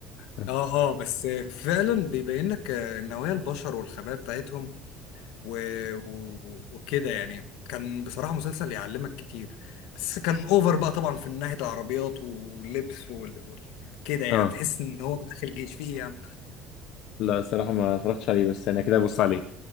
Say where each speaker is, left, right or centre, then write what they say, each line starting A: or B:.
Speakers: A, on the left; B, on the left.
A: آه
B: اه اه بس فعلا بيبين لك نوايا البشر والخبايا بتاعتهم و... و... وكده يعني كان بصراحة مسلسل يعلمك كتير بس كان اوفر بقى طبعا في ناحية العربيات واللبس وال... وال... كده يعني
A: آه.
B: تحس ان هو داخل جيش فيه يعني
A: لا الصراحة ما اتفرجتش عليه بس أنا كده أبص عليه